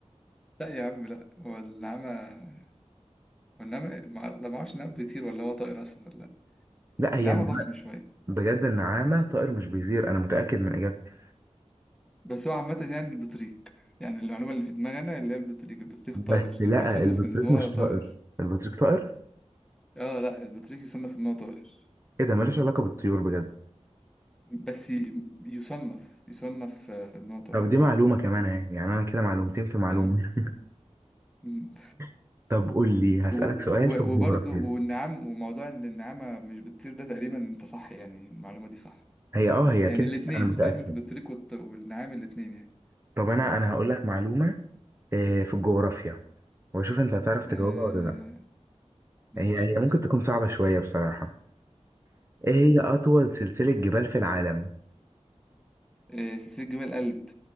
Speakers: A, in the centre; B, on the right (about 20°).
A: لا يا عم لا هو النعامة والنعمة مع... لا ما اعرفش النعمة بيطير ولا هو طائر اصلا ولا لا
B: لا هي
A: النعمة
B: النعامة.
A: ضخم شوية
B: بجد النعامة طائر مش بيطير انا متأكد من اجابتي
A: بس هو عامة يعني البطريق يعني المعلومة اللي في دماغي انا اللي هي البطريق البطريق
B: بس
A: طائر
B: لا
A: بيصنف
B: البطريق
A: من ان هو
B: مش
A: طائر
B: طائر البطريق طائر
A: اه لا البطريق يصنف ان هو طائر
B: ايه ده ملوش علاقة بالطيور بجد
A: بس ي... يصنف يصنف آه، ان هو طائر
B: طب دي معلومة كمان اهي يعني انا كده معلومتين في معلومة
A: فاهم مم.
B: <laughs> طب قول لي هسألك
A: و... و...
B: سؤال في الجغرافيا
A: وبرضه والنعام وموضوع ان النعامة مش بتطير ده تقريبا انت صح يعني المعلومة دي صح
B: هي اه هي
A: يعني
B: كده
A: الاتنين
B: انا متأكد
A: فاهم البطريق والط... والنعام الاتنين يعني
B: طب انا انا هقول لك معلومة آه، في الجغرافيا واشوف انت هتعرف تجاوبها
A: آه...
B: ولا لا
A: ماشي
B: هي هي
A: قول
B: ممكن تكون صعبة شوية بصراحة ايه هي اطول سلسلة جبال في العالم
A: آه، سلسلة جمال القلب